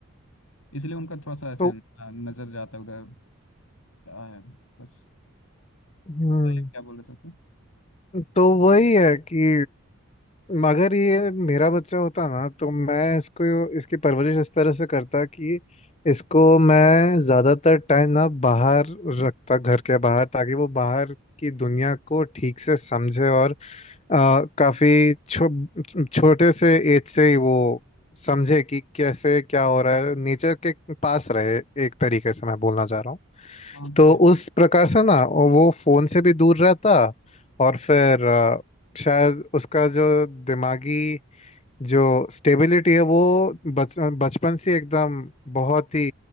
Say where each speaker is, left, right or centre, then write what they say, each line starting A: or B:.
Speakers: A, on the left; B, on the left.
A: इसलिए उनका थोड़ा सा ऐसे
B: तो
A: न- नजर जाता है उधर क्या है बस
B: हम्म
A: बताइए क्या बोल रहे थे तुम
B: तो वही है कि अगर ये मेरा बच्चा होता ना तो मैं इसको इसकी परवरिश इस तरह से करता कि इसको मैं ज़्यादातर टाइम ना बाहर रखता घर के बाहर ताकि वो बाहर की दुनिया को ठीक से समझे और अ, काफी छो, छोटे से एज से ही वो समझे कि कैसे क्या हो रहा है नेचर के पास रहे एक तरीके से मैं बोलना चाह रहा हूँ
A: हाँ
B: तो
A: सही
B: उस प्रकार से ना वो फोन से भी दूर रहता और फिर अ, शायद उसका जो दिमागी जो स्टेबिलिटी है वो बच बचपन से एकदम बहुत ही